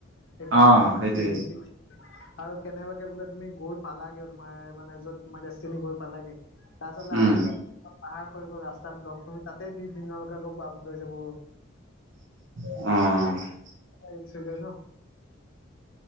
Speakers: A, on the left; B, on the right.
A: এইফালে
B: অ
A: বহুতখ
B: সেইটোৱে।
A: আৰু কেনেবাকে বোলে তুমি গৈ পালাগে তোমাৰ মানে য'ত তোমাৰ ডেষ্টিনী গৈ পালাগে তাৰ পিছত বলে
B: উম
A: আহোঁতে পাহাৰ হৈ গ'ল ৰাস্তা ব্লক তুমি তাতেই দিিনকে আ বৰ
B: অহ'
A: এতিয়া আহি ছেগৈ ন।